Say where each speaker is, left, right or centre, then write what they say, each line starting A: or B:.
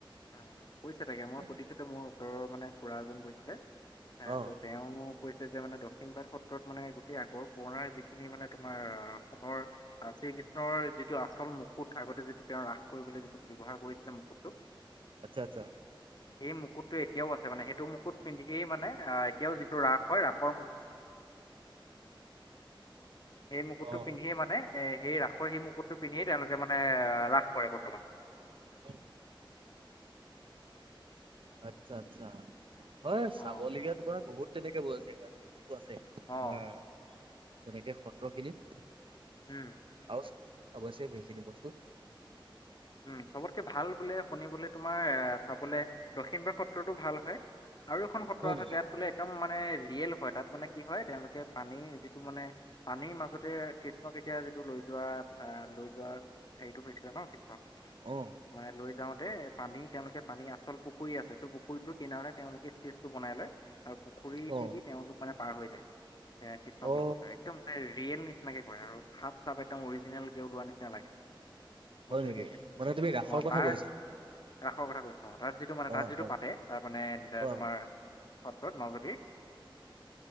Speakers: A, on the left; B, on the right.
A: অ কৈছে তাকে মই
B: তেনে
A: সুধিছিলো মোৰ ওচৰৰ মানে খুড়া এজন গৈছিলে। এ
B: অ
A: ত তেওঁ কৈছে যে মানে দক্ষিণ পাৰত সত্ৰত মানে গোটেই আগৰ পুৰণাৰ যিখিনি মানে তোমাৰ সোণৰ আ শ্ৰীকৃষ্ণৰ যিটো আচল মুকুত আগতে যিটো তেওঁ ৰাস কৰিবলৈ যিটো ব্যৱহাৰ কৰিছিলে মুকুটোক।
B: আচ্ছা আচ্ছা।
A: সেই মুকুটো এতিয়াও আছে মানে সেইটো মুকুত পিন্ধিয়েই মানে এতিয়াও যিটো ৰাস হয় ৰাসৰ সেই মুকুটটো
B: অ অ
A: পিন্ধিয়ে মানে এই ৰাসৰ মুকুটটো পিন্ধিয়েই তেওঁলোকে মানে ৰাস বৰ্তমান।
B: হয়। আচ্ছা আচ্ছা। হয়
A: অঁ
B: চাবলগীয়া তোমাৰ বহুত তেনেকে ব জেগা বস্তু আছে।
A: অঁ
B: তোমাৰ তেনেকে সত্ৰ খিনিত
A: উম
B: আৰু চাব আছে সেইখিনি বস্তু
A: উম চবতকে ভাল বোলে শুনিবলৈ তোমাৰ চাবলে দক্ষিণবাগ সত্ৰতো ভাল হয় আৰু এখন সত্ৰ
B: হয়
A: আছে
B: নেকি
A: তাত বোলে একদম মানে ৰিয়েল হয় তাত মানে কি হয় তেওঁলোকে পানীৰ যিটো মানে পানীৰ মাজতে কৃষ্ণক এতিয়া যিটো লৈ যোৱা আহ লৈ যোৱা সেইটো হৈছিলে ন কৃষ্ণক
B: অ।
A: মানে লৈ যাওঁতে পানী তেওঁলোকে পানী আচল পুখুৰী আছে ত' পুখুৰীটোৰ কিনাৰতে তেওঁলোকে ষ্টেজটো বনাই লয় আৰু পুখুৰীতেদি
B: অ
A: তেওঁলোক মানে পাৰ হৈ যায় এ কৃষ্ণক
B: অ
A: লগত লৈ একদম এ ৰিয়েল নিচিনাকে কৰে আৰু সাপ চাপ একদম অৰিজিনেলকে ওলোৱা নিচিনা লাগে। বহুত
B: হয় নেকি
A: ধুনীয়াকে
B: মানে তুমি ৰাসৰ
A: অঁ
B: কথা
A: তাৰ
B: কৈছা?
A: ৰাসৰ কথা কৈছো তাত যিটো মানে তাত
B: অ
A: যিটো
B: অ
A: পাতে তাৰ মানে
B: অ
A: তোমাৰ সত্ৰত মাজুলী